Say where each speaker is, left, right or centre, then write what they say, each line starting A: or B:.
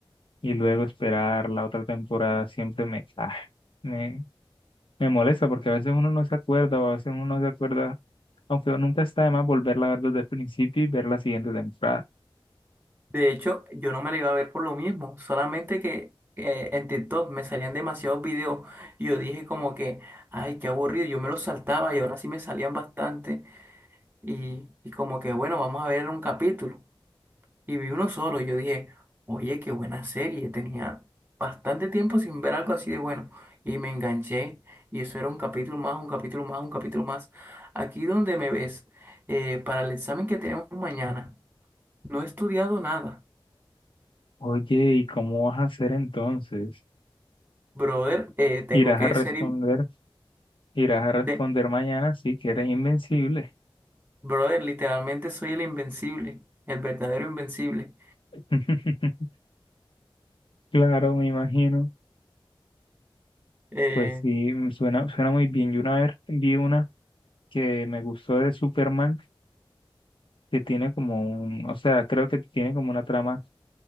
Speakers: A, on the left; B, on the right.
A: y luego esperar la otra temporada siempre me, ah, me Me molesta porque a veces uno no se acuerda o a veces uno no se acuerda, aunque nunca está de más volverla a ver desde el principio y ver la siguiente temporada.
B: De hecho, yo no me la iba a ver por lo mismo. Solamente que eh, en TikTok me salían demasiados videos y yo dije como que, ay, qué aburrido. Yo me los saltaba y ahora sí me salían bastante. Y, y como que, bueno, vamos a ver un capítulo. y vi uno solo. Y yo dije, oye, qué buena serie. Tenía bastante tiempo sin ver algo así de bueno. Y me enganché. Y eso era un capítulo más, un capítulo más, un capítulo más. Aquí donde me ves, eh, para el examen que tenemos mañana, no he estudiado nada.
A: Oye, ¿y cómo vas a hacer entonces?
B: Brother, eh, tengo
A: Irás
B: que
A: a responder,
B: ser... in-
A: irás a responder
B: te-
A: mañana sí que eres invencible.
B: Brother, literalmente soy el invencible, el verdadero invencible.
A: <laughs> Claro, me imagino.
B: Eh,
A: Pues sí, mm, suena, suena muy bien. Yo una vez vi una que me gustó de Superman, que tiene como un, o sea, creo que tiene como una trama